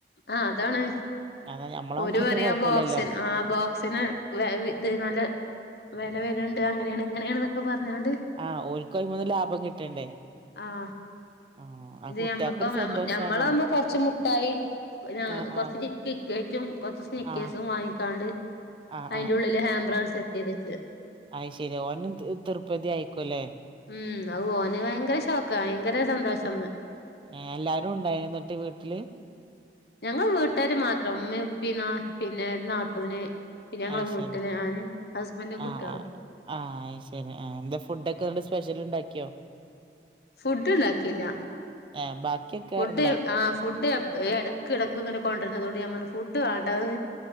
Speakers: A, on the left; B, on the right.
A: ആഹ് അതാണ്
B: അതാ ഞമ്മളാവുമ്പോ
A: ഓര്
B: അത്ര
A: പറയും
B: കൊഴപ്പല്ലല്ലോ
A: ആ ബോക്സിന് ആഹ് ബോ സിന് വെ വി ഇത് നല്ല വെല വെര്ണ്ട് അങ്ങനേണ് ഇങ്ങനേണ്നൊക്കെ പർഞ്ഞ്ങ്ങാണ്ട്
B: ആഹ് ഓൽക്കും ഐമന്ന് ലാഭം കിട്ടണ്ടേ
A: ആ
B: ആഹ് ആ
A: ഇത്
B: കുട്ട്യാക്കൊരു
A: ഞമ്മക്കാ മേം
B: സന്തോഷാണാണും
A: ഞമ്മളാവുമ്പൊ കൊർച്ച് മുട്ടായി കൊനാ
B: ആഹ്
A: കൊർച്ച്
B: ആഹ്
A: കി കിക്കറ്റും കൊർച്ച് സ്നിക്കേസും
B: ആഹ്
A: വാങ്ങിക്കാണ്ട്
B: ആഹ്
A: ഐന്റെ ഉള്ളില് ഹാംബെറ് അങ്ങട്ട് സെറ്റീതെച്ചു
B: അത് ശെരി ഓനും ത് തൃപ്പതി ആയിക്കൊല്ലേ
A: ഉം അത് ഓന് ഭയങ്കര ഷോക്കായി ഭയങ്കര സന്തോഷം ഇന്ന്
B: ഏഹ് എല്ലാരും ഉണ്ടായിരുന്നോ ഇന്ന്ട്ട് വീട്ടില്
A: ഞങ്ങള് വീട്ടേര് മാത്രം ഉമ്മിം ഉപ്പിം നാ പിന്നെ നാത്തൂന് പിന്നെ ഞങ്ങളെ
B: അയ്
A: വീട്ടില്
B: ശെരി
A: ഞാനും ഹസ്ബെന്റും കുട്ടേളും
B: ആഹ് ആഹ് ആഹ് അത് ശെരി ആ എന്താ ഫുഡ് ഒക്കെ ഇന്ന്ട്ട് സ്പെഷ്യല് ഇണ്ടാക്കിയോ
A: ഫുഡ് ഇണ്ടാക്കീല്ല
B: ഏഹ് ബാക്കിയൊക്കെ
A: ഫുഡ്
B: ഉണ്ടാ
A: ആഹ് ഫുഡ് എ ഹ് എടക്ക് എടക്ക് ഇങ്ങനെ കൊണ്ടര്ന്നതോണ്ട് ഞാം പർണു ഫുഡ് വാണ്ടാ അത്